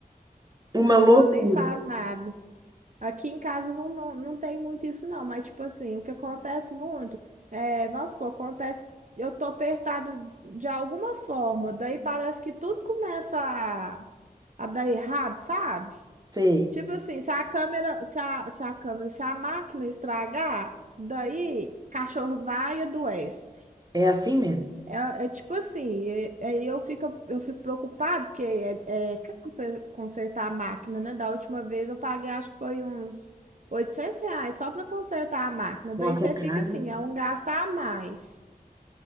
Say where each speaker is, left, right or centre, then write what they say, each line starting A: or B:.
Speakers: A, on the right; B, on the right.
A: Uma loucura.
B: ou eu nem falo nada. Aqui em casa não, não, não tem muito isso, não, mas tipo assim, o que acontece muito é, vamos supor, acontece, eu tô apertada de alguma forma, daí parece que tudo começa a, a dar errado, sabe?
A: Sei.
B: Tipo assim, se a câmera, se a, se a câmera, se a máquina estragar, daí cachorro vai e adoece.
A: É assim mesmo.
B: É, é tipo assim, é- aí eu fico, eu fico preocupado porque é, é caro pra consertar a máquina, né? Da última vez eu paguei, acho que foi uns 800 reais só para consertar a máquina.
A: Nossa,
B: Daí você
A: é caro.
B: fica assim, é um gasto a mais.